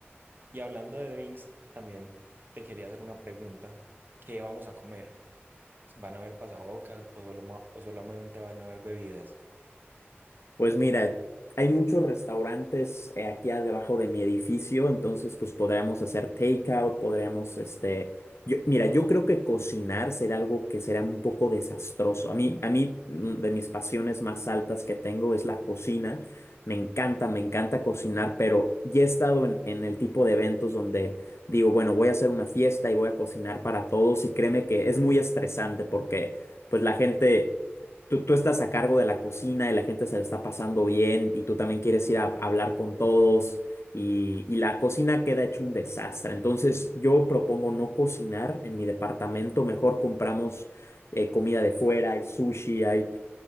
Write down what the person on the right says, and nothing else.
Y hablando de drinks, también te quería hacer una pregunta. ¿Qué vamos a comer? ¿Van a haber pasabocas o, solo ma- o solamente van a haber bebidas?